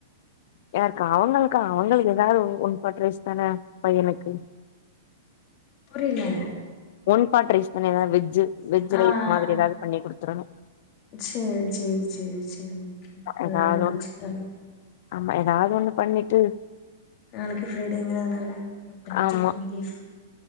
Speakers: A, on the left; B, on the left.
A: யார்க்கு அவங்ள்க்கா அவங்கள்க்கு ஏதாது ஒ ஒன் பாட் ரைஸ் தான பையனுக்கு
B: புரில
A: ஒன் பாட் ரைஸ் தானே ஏதாது வெஜ்ஜு வெஜ்
B: ஆ
A: ரைஸ்
B: ஆ
A: மாதுரி ஏதாது பண்ணி குடுத்துரணு
B: சேரி சேரி சேரி சேரி ஓகே
A: ஏதாவது
B: வேல முடிஞ்சு
A: ஒண்ணு
B: தானே
A: ஆமா ஏதாது ஒன்னு பண்ணிட்டு
B: நாளைக்கு ஃப்ரைடேங்கிறதுனால மட்டன்
A: ஆமா
B: சிக்கன் பீஃப்